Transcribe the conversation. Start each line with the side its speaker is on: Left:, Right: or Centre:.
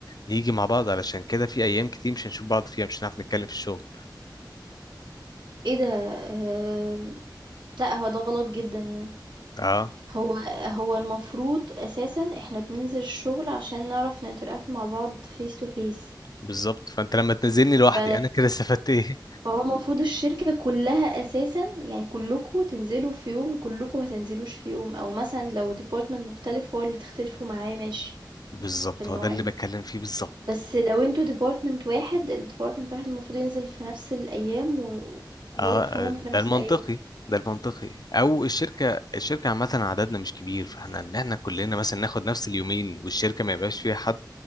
Left: نيجي مع بعض علشان كده في ايام كتير مش هنشوف بعض فيها مش هنعرف نتكلم في الشغل
Right: إيه ده آمم، لأ هو ده غلط جدًا يعني،
Left: اه
Right: هو هو المفروض أساسًا إحنا بننزل الشغل عشان نعرف نinteract مع بعض face to face
Left: بالظبط فانت لما تنزلني لوحدي
Right: ف
Left: انا كده استفدت ايه
Right: فهو المفروض الشركة كلها أساسًا يعني كلكم تنزلوا في يوم وكلكم ما تنزلوش في يوم، أو مثلًا لو department مختلف هو اللي تختلفوا معاه ماشي.
Left: بالظبط
Right: في المواعيد
Left: هو ده اللي بتكلم فيه بالظبط
Right: بس لو انتوا ديبارتمنت واحد الديبارتمنت الواحد المفروض ينزل في نفس الايام و و
Left: اه
Right: work from
Left: آه، ده
Right: home في نفس
Left: المنطقي
Right: الايام
Left: ده المنطقي او الشركه الشركه عامه عددنا مش كبير فاحنا ان احنا كلنا مثلا ناخد نفس اليومين والشركه ما يبقاش فيها حد